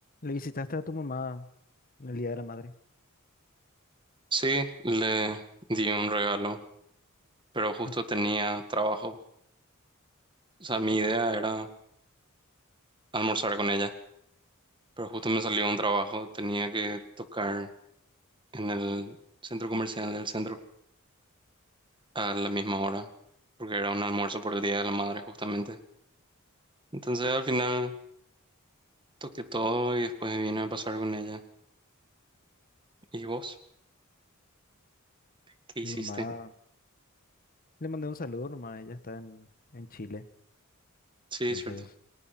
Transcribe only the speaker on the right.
Sí, le di un regalo, pero justo
tenía trabajo. O sea, mi idea era almorzar con ella, pero justo me salió un trabajo. Tenía que tocar en el centro comercial del centro a la misma hora, porque era un almuerzo por el Día de la Madre justamente. Entonces al final toqué todo y después vine a pasar con ella. ¿Y vos? ¿Qué hiciste?
Sí,
es cierto.